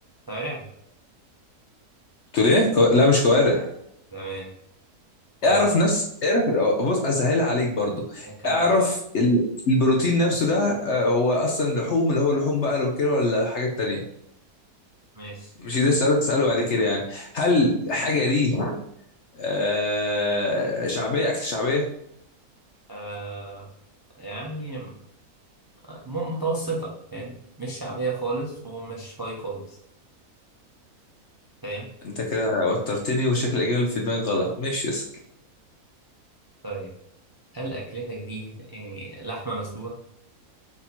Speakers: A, on the right; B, on the left.
A: طيب
B: قلت ليه كو... لا مش كوارع
A: تمام وهي
B: اعرف
A: أصلا
B: نفس اعرف آه، بص اسهلها عليك برضو
A: كرم
B: اعرف
A: مش لحظة
B: ال- البروتين نفسه ده آه، هو اصلا لحوم اللي هو لحوم بقر وكده ولا حاجات تانية
A: ماشي
B: مش ده السؤال اللي تسأله بعد كده يعني هل حاجة دي آه شعبية أكل شعبية؟
A: آه يعني م- متوسطة فاهم مش شعبية خالص ومش هاي خالص فاهم
B: أنت كده وترتني وشكل الإجابة اللي في دماغي غلط ماشي اسأل
A: طيب هل أكلتك دي يعني لحمة مسلوقة؟